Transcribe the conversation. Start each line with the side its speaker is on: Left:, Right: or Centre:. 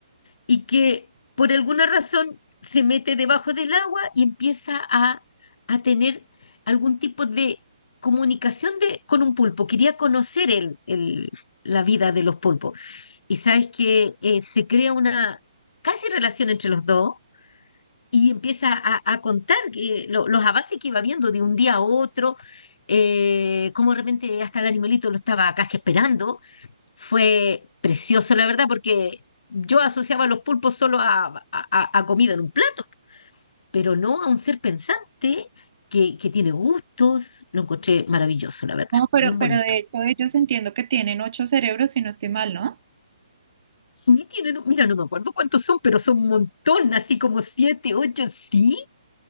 Left: y que por alguna razón se mete debajo del agua y empieza a, a tener algún tipo de comunicación de, con un pulpo. Quería conocer el, el- la vida de los pulpos. Y sabes que eh, se crea una casi relación entre los dos y empieza a, a contar que lo- los avances que iba viendo de un día a otro, eh, cómo de repente hasta el animalito lo estaba casi esperando. Fue precioso, la verdad, porque yo asociaba los pulpos solo a, a- a- a comida en un plato, pero no a un ser pensante que, que tiene gustos. Lo encontré maravilloso, la verdad,
Right: No, pero,
Left: bien bonito.
Right: pero de hecho ellos entiendo que tienen ocho cerebros, si no estoy mal, ¿no?
Left: Sí, tienen, mira, no me acuerdo cuántos son, pero son un montón, así como siete, ocho, sí.